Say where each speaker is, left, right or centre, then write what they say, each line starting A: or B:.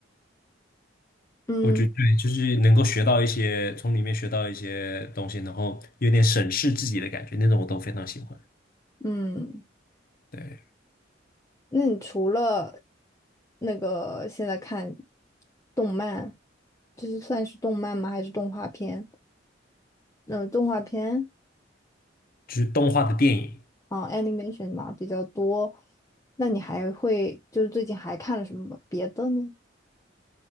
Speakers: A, on the left (about 15°); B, on the left (about 50°).
A: 嗯
B: 我觉得对就是能够学到一些，从里面学到一些东西，然后有点审视自己的感觉，那种我都非常喜欢。
A: 嗯，
B: 对，
A: 那你除了那个现在看动漫，这就算是动漫吗？还是动画片？呃，动画片
B: 就是动画的电影。
A: 啊，animation 嘛比较多。那你还会就是最近还看了什么别的呢？